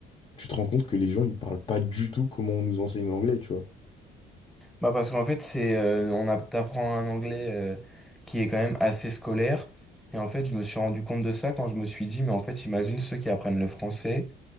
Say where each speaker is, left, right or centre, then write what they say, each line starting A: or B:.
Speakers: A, on the left (about 30°); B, in the centre.
A: tu te rends compte que les gens, ils parlent pas du tout comment on nous enseigne l'anglais, tu vois.
B: Bah parce qu'en fait c'est euh, on a t'apprends un anglais euh, qui est quand même assez scolaire et en fait je me suis rendu compte de ça quand je me suis dit mais en fait imagine ceux qui apprennent le français